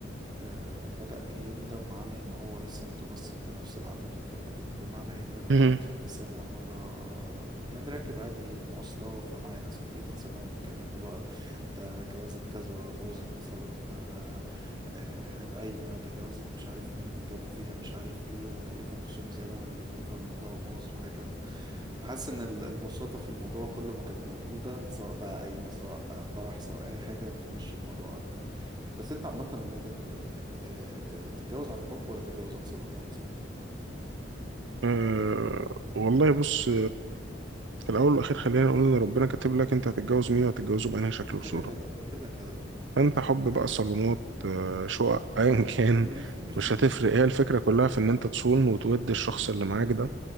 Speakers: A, on the right; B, on the right.
A: آه، بدأ يندم على إن هو لسه متمسك بنفس العادات والتقاليد بمعنى إن أنا
B: مهم.
A: كنت سامع مرة يعني راكب عادي مواصلة فمعايا ناس كتير فسامعهم بيتكلموا بقى ده جوازة كذا باظت بسبب آه، آه، القايمة ده جوازة مش عارف مين جابوا فيها مش عارف إيه وكلفوا نفسهم زيادة عن اللزوم فالموضوع باظ وهكذا فحاسس إن ال- البساطة في الموضوع كله ما كانت موجودة سواء بقى قايمة سواء آه، فرح سواء أي حاجة بتمشي الموضوع أكتر بس انت عامة من وجهة نظرك اه تتجوز عن حب ولا تتجوز عن صالونات
B: آه، والله بص في الأول والأخير خلينا نقول إن ربنا كاتب لك أنت هتتجوز مين وهتتجوزه بأنهي شكل
A: ده كده
B: وصورة
A: كده كده كده
B: فأنت حب بقى صالونات آه، شقق <laughs> أيا كان
A: <laughs>
B: مش هتفرق هي الفكرة كلها في إن أنت تصون وتود الشخص اللي معاك ده